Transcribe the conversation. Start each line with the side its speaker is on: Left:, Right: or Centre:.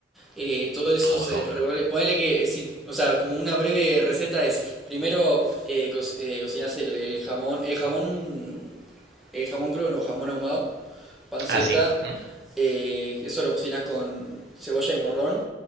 Centre: eh, todo eso
Right: Jodo.
Centre: se revuelve. Ponele que, si, o sea, como una breve receta es, primero eh, co- eh, cocinas el, el jamón, el jamón, el jamón crudo, no, jamón ahumado, panceta,
Right: Así. Sí,
Centre: eh, eso lo cocinas con cebolla y morrón.